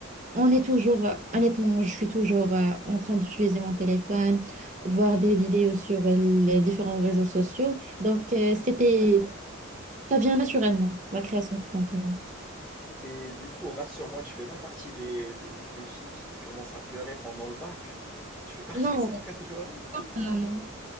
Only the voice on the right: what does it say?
On est toujours, euh, honnêtement, je suis toujours euh, en train d'utiliser mon téléphone, voir des vidéos sur les différents réseaux sociaux. Donc, euh, c'était,
ça vient naturellement, la création de contenu.
Non,
non, non.